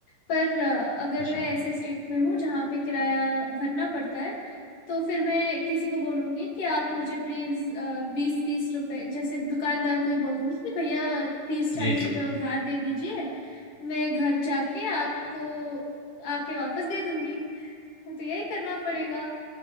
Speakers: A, on the left; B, on the left.
A: पर अ, अगर
B: अच्छा।
A: मैं ऐसे स्टेट में हूँ जहाँ पे किराया भरना पड़ता है तो फिर मैं किसी को बोलूंगी कि आप मुझे प्लीज बीस तीस रुपए जैसे दुकानदार को ही बोल दूंगी कि भैया तीस चालीस
B: जी, जी।
A: रुपए उधार दे दीजिए मैं घर जाके आपको आके वापस दे दूंगी तो यही करना पड़ेगा